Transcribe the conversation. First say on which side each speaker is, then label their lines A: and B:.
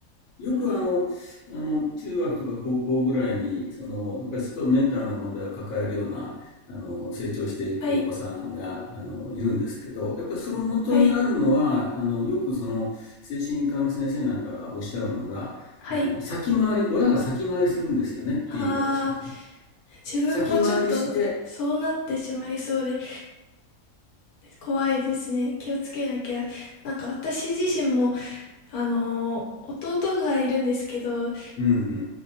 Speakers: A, on the left; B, on the left.
A: よくあの、
B: うん。
A: あの、中学とか高校ぐらいに、その、やっぱりちょっとメンタルな問題を抱えるような、あの、成長していくお子さんが、
B: はい。
A: あの、いるんですけど、やっぱりその元にあるのは、
B: はい。
A: あの、よくその、精神科の先生なんかがおっしゃるのが、
B: はい。
A: あの、先回り、親が先回りするんですよねっていう言い方しますね。
B: ああ、自分もちょっとそうなってしまいそうで
A: 先回りして、
B: 怖いですね。気をつけなきゃ。なんか私自身も、あのー弟がいるんですけど、
A: う